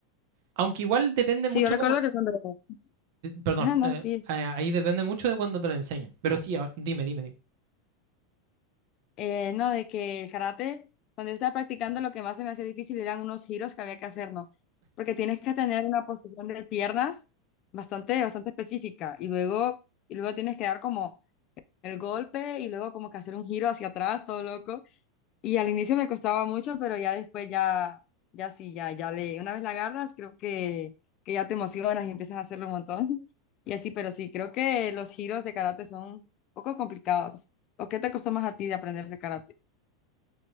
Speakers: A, on the right (about 60°); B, on the left (about 45°).
A: Aunque igual depende
B: Sí,
A: mucho
B: yo recuerdo
A: como...
B: que cuando...
A: perdón,
B: Ajá, no,
A: eh,
B: sí.
A: a- ahí depende mucho de cuando te lo enseñen. Pero sí, a- dime, dime, dime.
B: Eh, no, de que el karate, cuando yo estaba practicando, lo que más se me hacía difícil eran unos giros que había que hacer, ¿no? Porque tienes que tener una posición de piernas bastante, bastante específica y luego, y luego tienes que dar como el golpe y luego como que hacer un giro hacia atrás, todo loco. Y al inicio me costaba mucho, pero ya después ya, ya sí, ya, ya le, una vez la agarras, creo que, que ya te emocionas y empiezas a hacerlo un montón. <laughs> Y así, pero sí, creo que los giros de karate son un poco complicados. ¿O qué te costó más a ti de aprender de karate?